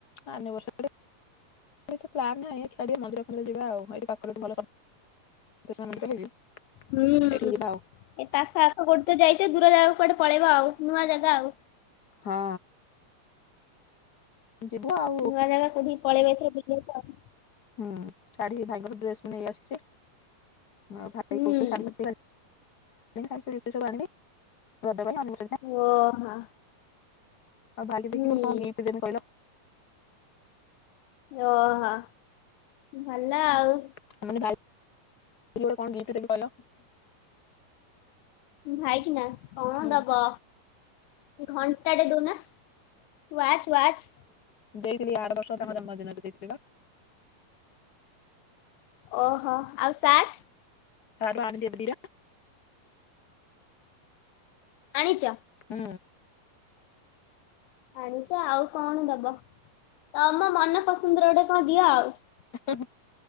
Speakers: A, on the left; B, on the left.
A: ଆନିର୍ବସରୀ। <unintelligible> <unintelligible>
B: ହୁଁ
A: ସେଇଠିକି ଯିବା ଆଉ
B: ଏ ପାଖ ଆଖ କୋଉଟି ତ ଯାଇଛ ଦୂର ଜାଗାକୁ କୁଆଡେ ପଳେଇବ ଆଉ ନୂଆ ଜାଗା ଆଉ।
A: ହଁ। ଯିବୁ ଆଉ।
B: ନୂଆ ଜାଗା କୋଉଠିକୁ ପଳେଇବେ ଏଥର ବୁଲିବାକୁ।
A: ହୁଁ ଶାଢୀ ଭାଇଙ୍କର ଡ୍ରେସ୍ ନେଇ ଆସିଛି। <unintelligible>
B: ହୁଁ
A: <unintelligible>
B: ଓହୋ।
A: ଆଉ ବାଲି
B: ହୁଁ
A: ଦେଖିଲ କଣ ଗିଫ୍ଟ କହିଲ?
B: ଓହୋ ଭଲ ଆଉ।
A: <unintelligible>
B: ଭାଇ କି ନା। କଣ
A: ହୁଁ
B: ଦବ? ଘଣ୍ଟାଟେ ଦଉନା ୱାଚ୍ -ୱାଚ୍।
A: ଦେଇ ଥିଲି ଆରବର୍ଷ ତାଙ୍କ ଜନ୍ମଦିନ ରେ ପା।
B: ଓହୋ ଆଉ ସାର୍ଟ।
A: <unintelligible>
B: ଆଣିଛ।
A: ହୁଁ।
B: ଆଣିଚ ଆଉ କଣ ଦବ, ତମ ମନ ପସନ୍ଦର ଗୋଟେ କଣ ଦିଅ ଆଉ।
A: <unintelligible>